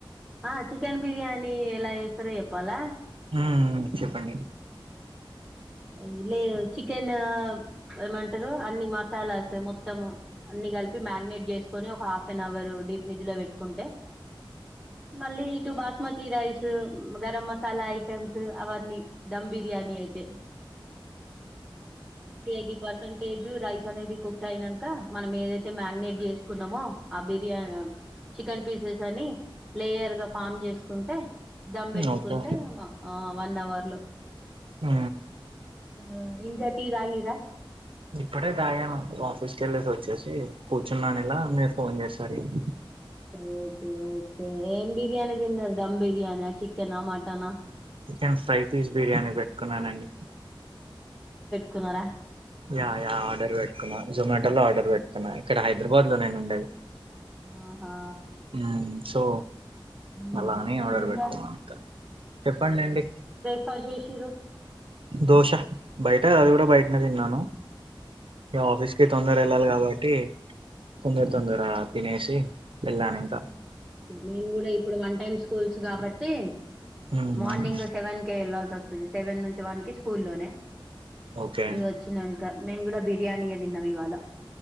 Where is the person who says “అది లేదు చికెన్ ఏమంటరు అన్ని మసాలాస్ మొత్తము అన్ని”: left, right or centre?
Centre